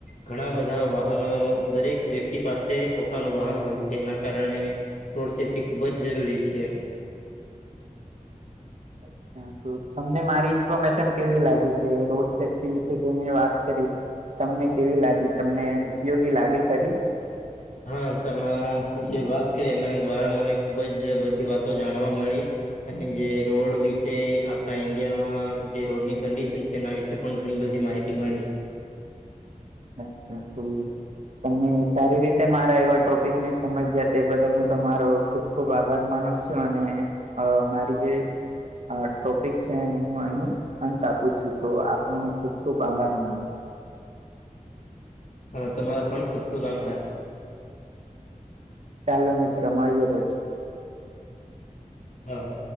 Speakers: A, on the left; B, on the right.
A: ઘણા બધા વાહનો દરેક વ્યક્તિ પાસે પોતાનું વાહન હોય છે એના કારણે રોડ સેફ્ટી ખુબ જ જરૂરી છે
B: અચ્છા તમને મારી ઇન્ફોર્મેશન કેવી લાગી છે રોડ સેફ્ટી વિશે જે મે વાત કરીશ તમને કેવી લાગી તમને ઉપયોગી લાગે ખરી
A: હા તમે જે વાત કરી એના દ્વારા મને ખુબ જ બધી વાતો જાણવા મળી અને જે રોડ વિશે આપણા ઈન્ડિયામાં જે રોડની કન્ડિશન છે એના વિશે પણ ઘણી બધી માહિતી મળી
B: અચ્છા તો તમે સારી રીતે મારા એવા ટોપિક ને સમજ્યા તે બદલ હું તમારો ખબ ખુબ આભાર માનો છું અને મારી જે ટોપિક છેને હું અહી અંત આપું છું તો આપનો હું ખુબ ખુબ આભાર માનું છું.
A: હા તમારો પણ ખુબ ખુબ આભાર.
B: ચાલો મિત્ર મારીએ તો.
A: હા.